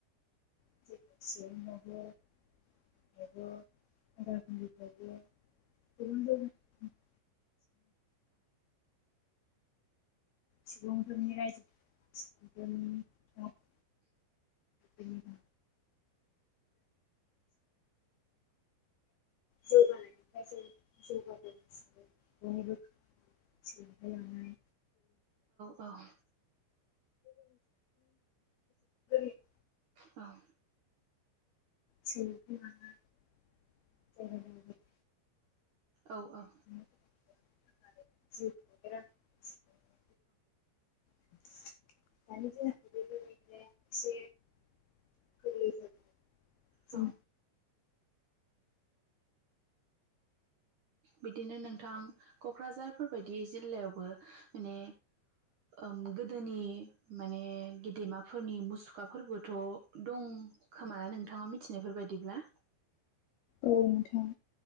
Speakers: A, on the left (about 85°); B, on the right (about 65°).
A: <unintelligible> <unintelligible> गोबां जौगागासिनो सुबुंफोरनि रायजो सुबुं <unintelligible> उ <inaudible> जौगानायनिफ्राय जों जौगाबोनसि <unintelligible> सोलोंथाय लानाय
B: औ औ औ
A: <unintelligible> <unintelligible>
B: औ
A: सोलोंथाय लानाय <unintelligible>
B: औ औ
A: <unintelligible> <unintelligible> गोरलै जायो जों
B: औ बिदिनो नोंथां क'क्राझारफोरबायायदि जिल्लायावबो माने ओम गोदोनि माने गेदेमाफोरनि मुसुखाफोरबोथ' दं खोमा ना नोंथाङा मिथिनायफोर बायदिब्ला
A: औ नोंथां